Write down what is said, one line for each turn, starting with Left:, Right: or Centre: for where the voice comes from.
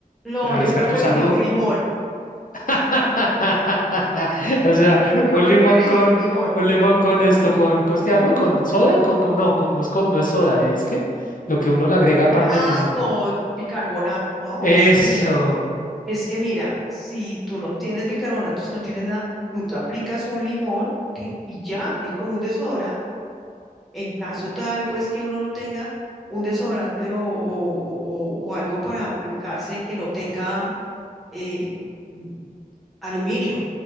Centre: no,
Left: ¿Arriesgar
Centre: yo preferiría
Left: tu salud?
Centre: un limón.
Left: <laughs> O sea,
Centre: Yo
Left: un
Centre: preferiría
Left: limón con,
Centre: un limón.
Left: un limón con esto, con, ¿cómo es que se llama? ¿Con soda? Con, con- no, con, no es, con- no es soda, es que lo que uno le agrega
Centre: Eh,
Left: aparte
Centre: ah,
Left: del limón.
Centre: con bicarbonato. No,
Left: Eso,
Centre: es que mira, es que mira, si tú no tienes bicarbonato, si no tienes nada, tú te aplicas un limón, ¿sí? Y ya, es como un desodorante. En caso tal, pues que uno no tenga un desodorante o, o o- o- o algo para aplicarse que no tenga eh, mm, aluminio.